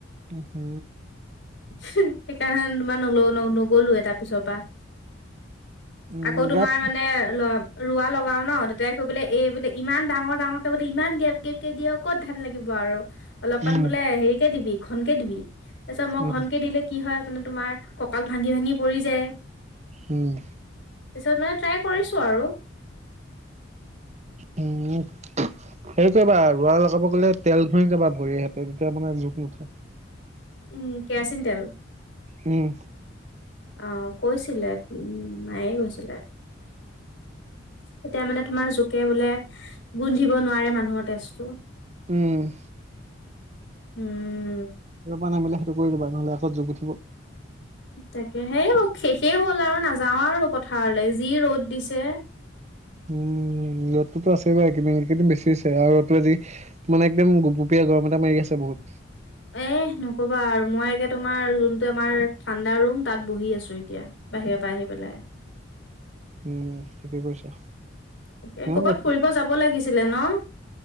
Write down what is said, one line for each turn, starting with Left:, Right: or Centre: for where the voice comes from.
Right: উম হু।
Left: সেইকাৰণে তোমাৰ নলও ন নগলোৱে তাৰ পিছৰ পৰা।
Right: উম
Left: আকৌ তোমাৰ
Right: গাত
Left: মানে ল ৰোৱা লগাও ন, দেতাই গৈ পেলাই এই বোলে ইমান ডাঙৰ ডাঙৰকে বোলে ইমান গেফ-গেফকে দিঅ ক'ত ধান লাগিব আৰু অলপমান
Right: উম
Left: বোলে হেৰিকে দিবি ঘনকে দিবি। তাৰপিছত মই
Right: উম
Left: ঘনকে দিলে কি হয় মানে তোমাৰ কঁকাল ভাঙি ভাঙি পৰি যায়।
Right: উম।
Left: পিছত মানে ট্ৰাই কৰিছো আৰু।
Right: উম। সেই কৰিবা ৰোৱা লগাব গ'লে তেল ঘঁহি যাবা ভৰিহঁতে তেতিয়া মানে জোক নুঠে।
Left: উম, কেৰাচিন তেল।
Right: উম।
Left: অ' কৈছিলে উম মায়ে কৈছিলে। তেতিয়া মানে তোমাৰ জোকে বোলে গোন্ধিব নোৱাৰে মানুহৰ তেজটো।
Right: উম।
Left: উম
Right: সেইটোপা নামিলে সেইটো কৰি দিবা নহ'লে আকৌ জোক উঠিব।
Left: তাকে, সেই শেষেই হ'ল আৰু নাযাওঁ আৰু পথাৰলৈ যি ৰ'দ দিছে।
Right: উম, ৰ'দটো আছেই বাৰু এইকেইদিন এইকেইদিন বেছি হৈছে আৰু ৰ'দটো আজি মানে একদম গোপগোপিয়া গৰম এটা মাৰি আছে বহুত।
Left: এ নকবা আৰু মই এতিয়া তোমাৰ যোনটো আমাৰ ঠাণ্ডা ৰুম তাত বহি আছো এতিয়া। বাহিৰৰ পৰা আহি পেলাই।
Right: উম, ঠিকে কৈছা।
Left: তাকে,
Right: নহয়
Left: কৰ'বাত ফুৰিব যাব লাগিছিলে ন'।